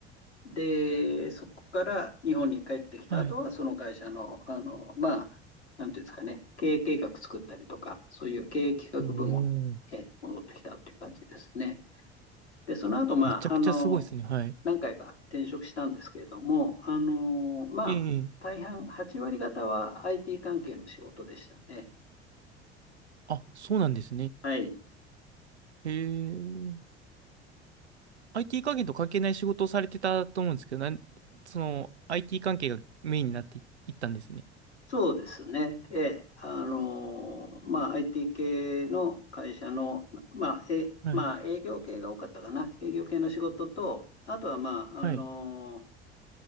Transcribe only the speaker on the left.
で、そこから日本に帰ってきた後は、
その会社の、あの、まあ、なんていうんですかね、経営計画作ったりとか、そういう経営企画部門に、
えー戻ってきたという感じですね。で、その後、まあ、
あの、
何回か転職したんですけれども、あの、まあ、
大半、8割方は IT 関係の仕事でしたね。
はい。
そうですね。ええ。あのーまあ、IT 系の会社の、まあ、え、
まあ、営業系が多かったかな。営業系の仕事と、あとは、まあ、
あのー